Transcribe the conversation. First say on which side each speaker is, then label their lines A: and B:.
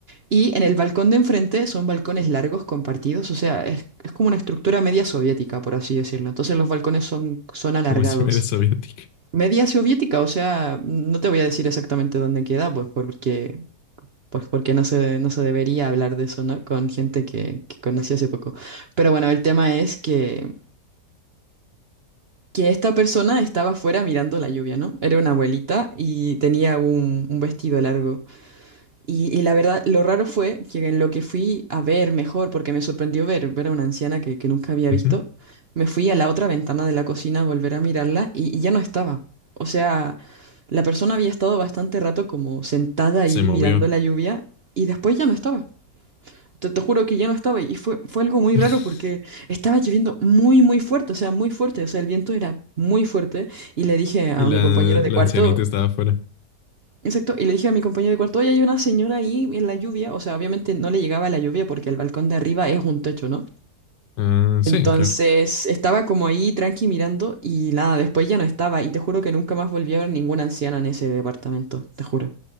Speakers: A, on the right; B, on the left.
A: Y en el balcón de enfrente son balcones largos compartidos, o sea, es, es como una estructura media soviética, por así decirlo. Entonces los balcones son, son alargados.
B: Como si me era soviética.
A: Media soviética, o sea, no te voy a decir exactamente dónde queda, pues porque, pues porque no se, no se debería hablar de eso, ¿no? Con gente que, que conocí hace poco. Pero bueno, el tema es que, que esta persona estaba afuera mirando la lluvia, ¿no? Era una abuelita y tenía un, un vestido largo. Y, y la verdad, lo raro fue que en lo que fui a ver mejor, porque me sorprendió ver, ver a una anciana que, que nunca había
B: Ujú,
A: visto, me fui a la otra ventana de la cocina a volver a mirarla y, y ya no estaba. O sea, la persona había estado bastante rato como sentada ahí
B: Se movió.
A: mirando la lluvia y después ya no estaba. Te, te juro que ya no estaba y fue, fue algo muy
B: <laughs>
A: raro porque estaba lloviendo muy, muy fuerte, o sea, muy fuerte, o sea, el viento era muy fuerte y le dije a
B: Y la,
A: mi compañero de
B: la
A: cuarto...
B: ancianita estaba afuera.
A: Exacto, y le dije a mi compañero de cuarto, oye, hay una señora ahí en la lluvia, o sea, obviamente no le llegaba la lluvia porque el balcón de arriba es un techo, ¿no?
B: Ah, sí,
A: Entonces
B: claro.
A: estaba como ahí tranqui mirando y nada, después ya no estaba y te juro que nunca más volví a ver ninguna anciana en ese departamento, te juro,